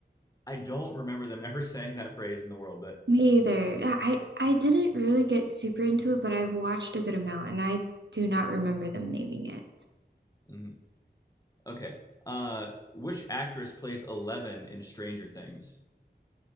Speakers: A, on the left (about 20°); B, on the right (about 80°).
A: I don't remember them <laughs> ever saying that phrase in the world, but
B: Me either. Yeah, I I didn't really get super into it, but I've watched a good amount and I do not remember them naming it.
A: mhm. Okay. Uh, which actress plays Eleven in Stranger Things?